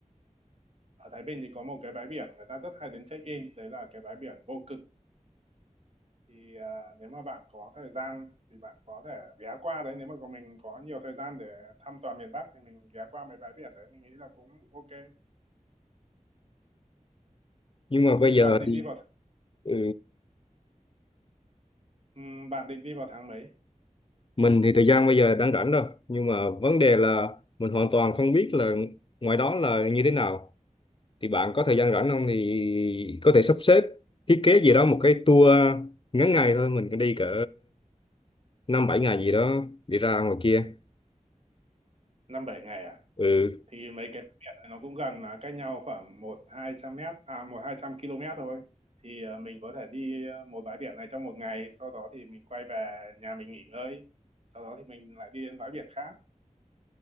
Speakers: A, on the right (about 50°); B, on the left (about 40°).
A: ở Thái Bình thì có một cái bãi biển người ta rất hay đến check in đấy là cái bãi biển Vô Cực thì à, nếu mà bạn có thời gian thì bạn có thể ghé qua đấy nếu mà có mình có nhiều thời gian để thăm toàn miền Bắc thì mình ghé qua mấy bãi biển đấy mình nghĩ là cũng ok
B: nhưng mà bây
A: thì
B: giờ
A: bạn định
B: thì
A: đi vào th-
B: ừ,
A: ừm, bạn định đi vào tháng mấy
B: mình thì thời gian bây giờ đang rảnh đâu nhưng mà vấn đề là mình hoàn toàn không biết là ngoài đó là như thế nào thì bạn có thời gian rảnh không thì có thể sắp xếp thiết kế gì đó một cái tour ngắn ngày thôi mình cứ đi cỡ năm bảy ngày gì đó đi ra ngoài kia
A: năm bảy ngày à
B: ừ
A: thì mấy cái bãi biển này nó cũng gần là cách nhau khoảng một hai trăm mét à một hai trăm km thôi thì ờ, mình có thể đi ờ, một bãi biển này trong một ngày sau đó thì mình quay về nhà mình nghỉ ngơi sau đó thì mình lại đi đến bãi biển khác